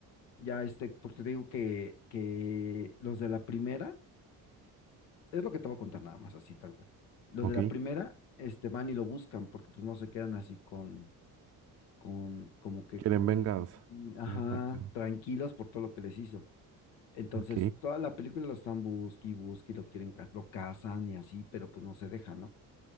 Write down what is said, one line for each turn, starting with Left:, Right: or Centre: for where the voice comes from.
Left: ya este, porque te digo que, que los de la primera, es lo que te voy a contar nada más, así tal cual. Los
Right: Ok.
Left: de la primera, este, van y lo buscan, porque pues no se quedan así con, con, como que
Right: Quieren
Left: con,
Right: venganza.
Left: ajá,
Right: Quieren venganza.
Left: tranquilos por todo lo que les hizo. Entonces,
Right: Ok.
Left: toda la película lo están busque y busque y lo quieren, cas- lo cazan y así, pero pues no se deja ¿no?